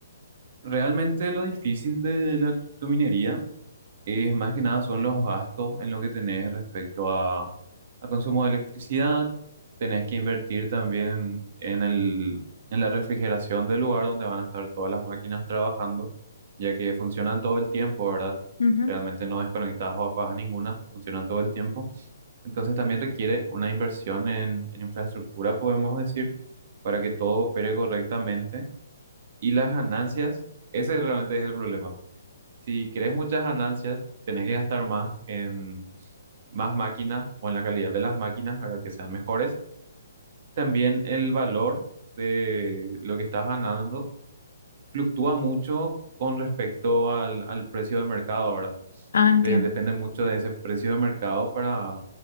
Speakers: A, on the right; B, on the left.
A: Realmente lo difícil de la criptominería es más que nada son los gastos en lo que tenés respecto a, a consumo de electricidad. Tenés que invertir también en el, en la refrigeración del lugar donde van a estar todas las máquinas trabajando, ya que funcionan todo el tiempo, ¿verdad?
B: Ujú.
A: Realmente no desconectadas o apagas ninguna, funcionan todo el tiempo. Entonces también requiere una inversión en, en infraestructura, podemos decir, para que todo opere correctamente. Y las ganancias, ese realmente es el problema. Si querés muchas ganancias, tenés que gastar más en más máquinas o en la calidad de las máquinas para que sean mejores. También el valor de lo que estás ganando fluctúa mucho con respecto al, al precio de mercado, ¿verdad?
B: Ah, entiendo.
A: De- depende mucho de ese precio de mercado para